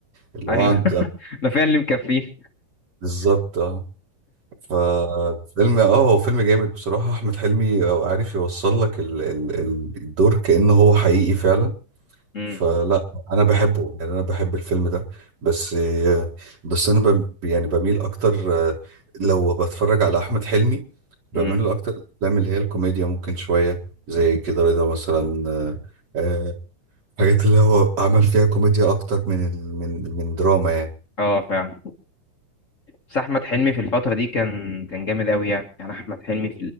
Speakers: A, on the right; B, on the left.
A: اللي
B: ايوه
A: هو عند
B: <laughs> ده فعلا اللي مكفيه
A: بالظبط اه فالفيلم اه هو فيلم جامد بصراحة احمد حلمي آه، عارف يوصل لك ال... ال... ال- الدور كأنه هو حقيقي فعلا
B: امم
A: فلا انا بحبه يعني انا بحب الفيلم ده بس بس انا ب... يعني بميل اكتر آه، لو بتفرج على احمد حلمي بميل
B: امم
A: له اكتر الافلام اللي هي الكوميديا ممكن شويه زي كده رضا مثلا آه، آه، حاجات اللي هو عمل فيها كوميديا اكتر من ال... من من دراما يعني
B: اه فعلا بس احمد حلمي في الفتره دي كان كان جامد قوي يعني يعني احمد حلمي في